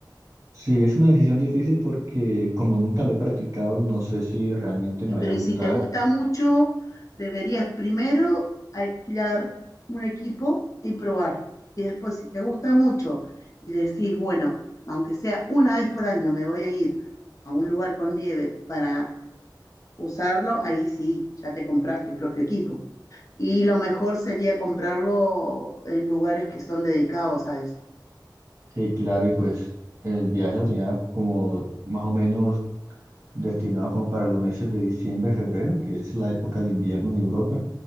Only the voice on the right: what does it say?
Sí, es una decisión difícil porque como nunca lo he practicado, no sé si realmente
me vaya
a gustar.
Sí, claro, y pues el viaje lo tenía como más o menos destinado como para los meses de diciembre, febrero, que es la época de invierno en Europa.